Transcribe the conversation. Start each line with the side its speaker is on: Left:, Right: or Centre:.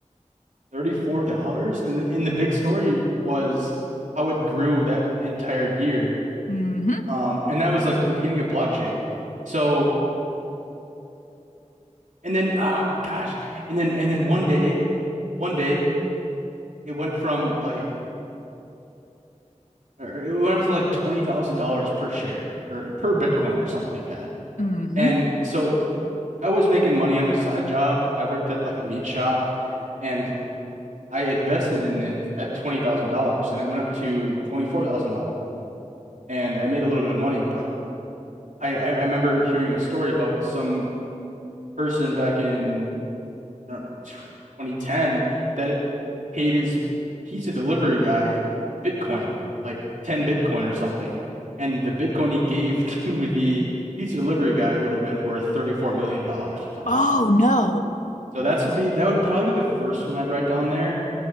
Right: $34. And the, and the big story was how it grew that entire year.
Left: hmm
Right: Um, and that was like the beginning of blockchain. So, and then, ah, gosh, and then, and then one day, one day, it went from like, or it went up to like $20,000 per share or per Bitcoin or something like that.
Left: hmm
Right: And so I was making money on a side job. I worked at like a meat shop and I invested in it at $20,000 and it went up to $24,000. And I made a little bit of money, but I, I, I remember hearing a story about some person back in I don't know, 2010 that it paid his pizza delivery guy Bitcoin, like 10 Bitcoin or something. And the Bitcoin he gave <laughs> to the pizza delivery guy would have been worth $34 million dollars or something
Left: Oh
Right: like that.
Left: no.
Right: So that's would be that would probably be the first one I'd write down there.